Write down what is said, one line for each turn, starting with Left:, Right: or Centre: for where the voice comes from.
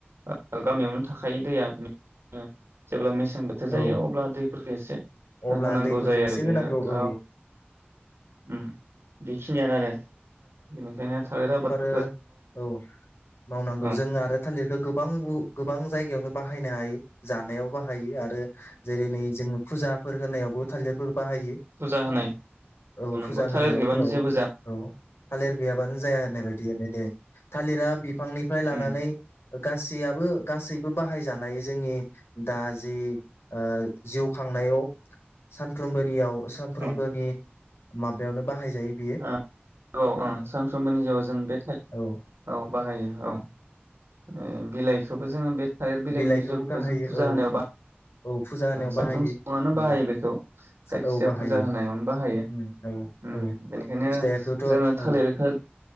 Right: ओ गावनियावनो थाखायो दैया ओ जेब्ला मे मेसें बोथोर
Left: औ
Right: जायो अब्ला दैफोरखौ एसे
Left: अब्ला
Right: होनांगौ
Left: दैफोरखौ
Right: जायो
Left: एसे
Right: आरो
Left: होनांगौ
Right: बेयो
Left: औ
Right: ओ उम बेखिनियानो आरो बेनिखायनो थालिर आबाद
Left: ओ औ मावनांगौ
Right: औ
Left: जों आरो थालिरखौ गोबां गोबां जायगायावनो बाहायनो हायो। जानायाव बाहायो आरो। आरो जेरै नै जों फुजाफोर होनायावबो थालिरफोर बाहायो
Right: फुजा होनाय अ
Left: औ
Right: नंगौ
Left: फुजा होनायावफोरावबो
Right: थालिर गैयाबानो जेबो ज
Left: औ थालिर गैयाबानो जाया होननाय बायदि होननाय दे थालिरा बिफांनिफ्राय लानानै
Right: उम
Left: गासैयाबबो गासैबो बाहायजानाय जोंनि दा जि ओ जिउ खांनायाव सानफ्रोमबोनियाव सानफ्रोमबोनि
Right: औ
Left: माबायावनो बाहायजायो बेयो।
Right: नंगौ औ सानफ्रोमबोनि जिउआव जों बे थालि
Left: औ
Right: औ बाहायो औ ओ बिलाइखोबो जोङो बे थालिर बिलाइनि
Left: बिलाइखौबो
Right: बिजौखौबो
Left: बाहायो
Right: जों फुजा
Left: औ
Right: होनायाव बा
Left: औ फुजा होनायाव
Right: साफ्रोम
Left: बाहायो
Right: सुबुङानो बाहायो
Left: औ
Right: बेखौ
Left: जा
Right: जायखिजाया
Left: औ बाहायो
Right: फुजा होनायावनो बाहायो
Left: उम औ
Right: उम
Left: औ
Right: बेनिखायनो
Left: फिथाइखौथ'
Right: जोङो
Left: औ
Right: थालिरखौ